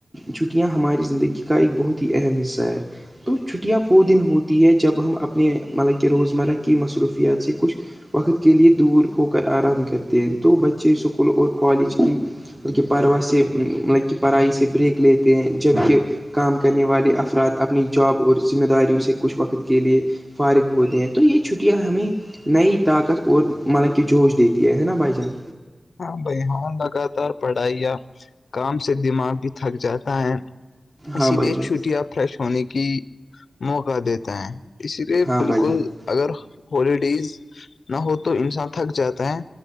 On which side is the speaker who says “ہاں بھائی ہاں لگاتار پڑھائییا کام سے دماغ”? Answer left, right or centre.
Left